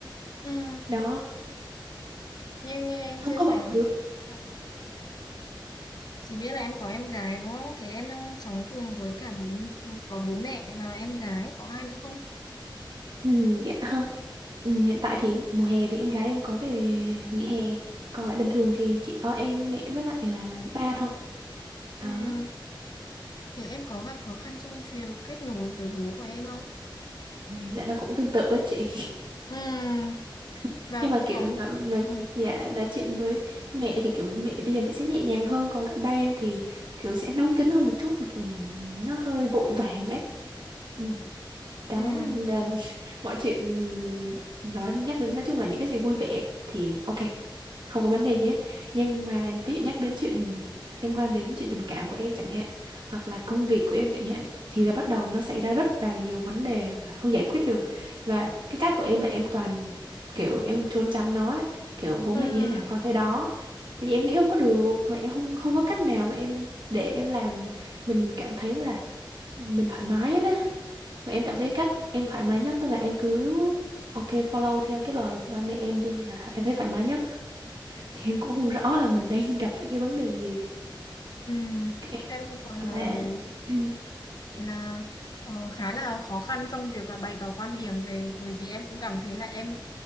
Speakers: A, on the left; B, on the right.
A: ừ,
B: đó
A: như nghe em
B: không
A: chia
B: có
A: sẻ
B: bỏ được
A: ừ. Chị biết là em có em gái đúng không? Thế em đang sống cùng với cả bố, có bố mẹ và em gái, có ai nữa không?
B: Ừ, dạ ha. Ừ, hiện tại thì mùa hè thì em gái em có về nghỉ hè. Còn lại bình thường thì chỉ có em, mẹ với lại là ba thôi. Đó.
A: Ừm, Thế em có gặp khó khăn trong việc kết nối với bố của em không?
B: Ừ. Dạ nó cũng tương tự á chị.
A: Ừm,
B: <laughs>
A: Và
B: Nhưng mà
A: cũng
B: kiểu
A: có một...
B: nó, nó
A: ừm,
B: dạ nói chuyện với mẹ thì kiểu mẹ bây giờ mẹ sẽ nhẹ nhàng hơn, còn lại ba em thì kiểu sẽ nóng tính hơn một chút, kiểu nó hơi vội vàng ấy. Ừ. đó
A: ừm,
B: là <laughs> mọi chuyện nó nhắc đến nói chung là những cái gì vui vẻ thì ok không có vấn đề gì hết nhưng mà ví dụ nhắc đến chuyện liên quan đến chuyện tình cảm của em chẳng hạn hoặc là công việc của em chẳng hạn thì là bắt đầu nó xảy ra rất là nhiều vấn đề và không giải quyết được và cái cách của em là em toàn kiểu em trốn tránh nó ấy. kiểu bố
A: ừm,
B: mẹ như thế nào con thế đó tại vì em nghĩ không có được và em không không có cách nào mà em để em làm mình cảm thấy là mình thoải mái hết á mà em cảm thấy cách em thoải mái nhất tức là em cứ ok follow theo cái lời của ba mẹ em đi là em thấy thoải mái nhất. Thì em cũng không rõ là mình đang gặp phải cái vấn đề gì.
A: ừm.
B: Cái-
A: Em cũng có
B: Và
A: nói với
B: <clears throat>
A: chị là ờ, khá là khó khăn trong việc là bày tỏ quan điểm về... Bởi vì em cũng cảm thấy là em